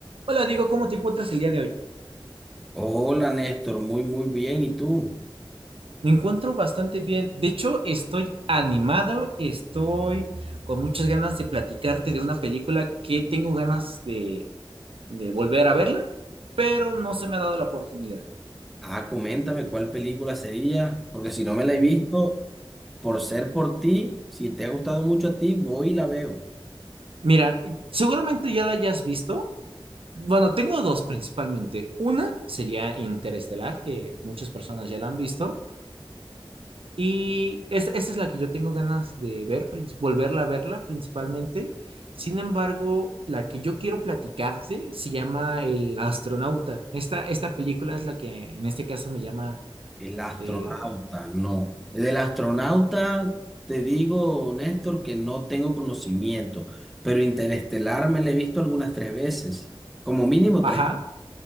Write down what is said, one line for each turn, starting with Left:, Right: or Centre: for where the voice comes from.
Right: Hola, digo, ¿cómo te encuentras el día de hoy?
Centre: Hola Néstor, muy muy bien. ¿Y tú?
Right: Me encuentro bastante bien. De hecho, estoy animado, estoy con muchas ganas de platicarte de una película que tengo ganas de, de volver a verla, pero no se me ha dado la oportunidad.
Centre: Ah, coméntame cuál película sería, porque si no me la he visto,
Right: Mi-
Centre: por ser por ti, si te ha gustado mucho a ti, voy y la veo.
Right: mira, seguramente ya la hayas visto. Bueno, tengo dos principalmente. Una sería Interestelar, que muchas personas ya la han visto. Y es- esa es la que yo tengo ganas de ver, princi- volverla a verla principalmente. Sin embargo, la que yo quiero platicarte se llama El Astronauta. Esta, esta película es la que en este caso me llama...
Centre: El astronauta,
Right: eh,
Centre: no. Del astronauta, te digo, Néstor, que no tengo conocimiento, pero Interestelar me la he visto algunas tres veces, como mínimo
Right: ajá.
Centre: tres